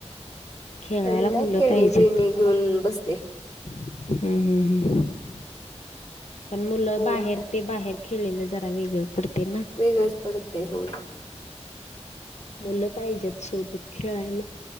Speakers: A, on the left (about 75°); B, on the left (about 30°).
A: खेळायला
B: प ना
A: मुलं
B: खेळणी
A: पाहिजेत
B: बिळणी घेऊन बसते.
A: हम्म हम् हम् पण मुलं
B: पोर
A: बाहेर ते बाहेर खेळलं जरा वेगळं पडते ना.
B: वेगळच पडतेय हो.
A: मुलं पाहिजेतत सोबत खेळायला.